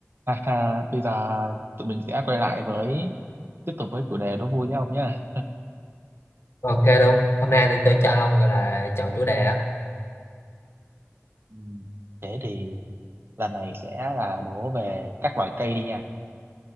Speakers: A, on the right (about 50°); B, on the left (about 60°).
A: Ha ha, bây giờ tụi mình sẽ quay lại với tiếp tục với chủ đề đố vui nhá ông nhá.
B: Ok luôn. Hôm nay tôi cho cho ông gọi là chọn chủ đề á,
A: Ừ, Thế thì lần này sẽ là đố về các loại cây đi nha.